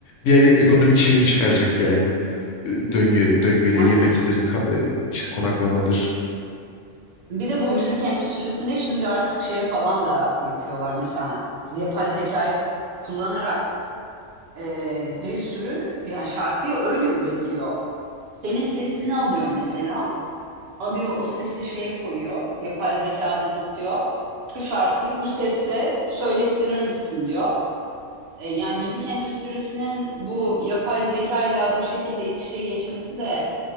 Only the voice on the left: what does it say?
bir aylık ekonomik şeyini çıkaracak yani. Ee, Döngü, döngüyle
yemektir, ka- e, işte konaklamadır.